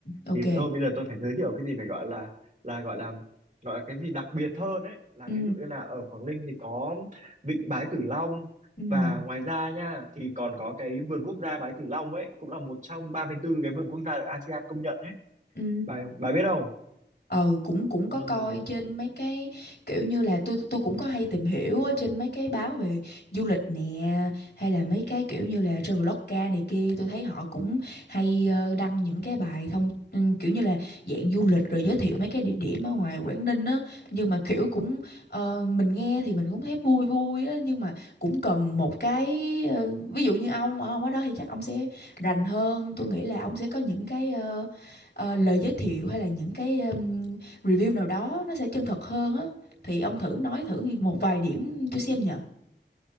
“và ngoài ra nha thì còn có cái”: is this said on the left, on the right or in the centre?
Right